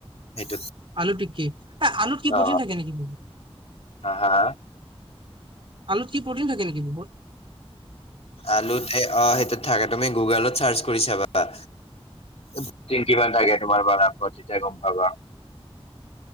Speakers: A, on the left; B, on the right.
A: সেইটোত।
B: আলুতু কি? এই আলুত কি
A: অ
B: প্ৰটিন থাকে নেকি?
A: হা হা!
B: আলুত কি প্ৰটিন থাকে নেকি? বুৰ্বক।
A: আলুত অ সেইটো থাকে তুমি গুগলত চাৰ্চ কৰি চাবা। এইটণ্টিন কিমান থাকে তোমাৰ বাৰাফত তেতিয়া গম পাবা।